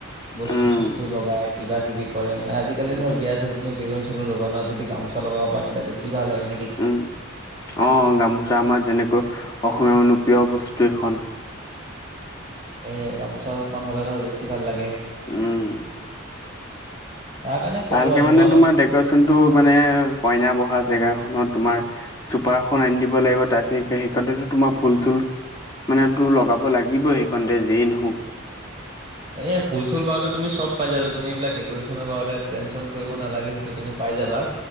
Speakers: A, on the right (about 25°); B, on the left (about 15°).
A: বস্তু
B: উম,
A: চস্তু লগাই কিবা কিবি কৰে মানে আজিকালি
B: উম,
A: ধৰ বিয়াত তুমি বেলুন চেলুন লগোৱা না, যদি গামোচা লগাব পা তেতিয়া বেছি ভাল হয় নেক
B: উম অ' গামোচা আমাৰ যেনেকৈ অসমীয়া মানুহ প্ৰিয় বস্তু এইখন।
A: সেয়ে গামোচাখন হ'লে ধৰ বেছি ভাল লাগে।
B: উম
A: তাৰ কাৰণে ক'লো
B: ভালকে
A: আৰু
B: মানে তোমাৰ
A: কথা
B: ডেক'ৰেচনটো মানে কইনা বহা জেগাখনত তোমাৰ চুপাৰ এখন আনি দিব লাগিব। তাৰপিছত সেইখিনিতে তোমাৰ ফুল চুল <unintelligible> লগাব লাগিবই সেইকণতে যেই নহওঁক
A: এ ফুল চুল বাৰতে তুমি চব পাই যাবা। তুমি এইবিলাক ডেক'ৰেচনৰ বাৰতে টেনশ্যন কৰিব নালাগে সেইটো তুমি পাই যাবা।